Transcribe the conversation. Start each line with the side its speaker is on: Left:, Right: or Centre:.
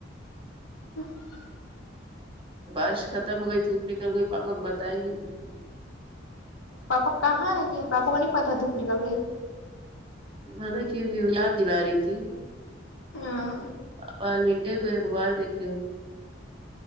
Left: <inaudible>
Right: بارش ختم ہو گئی دھوپ نکل گئی پاپا کو بتائی نہیں
Left: پاپا کہاں ہے گے پاپا کو نہیں پتا دھوپ نکل گئی
Right: مدت <unintelligible> ک ہوں یاد دلا رہتی
Left: ہاں
Right: پاپا اب لیٹے ہوئے ہے موبائل دیکھ رہے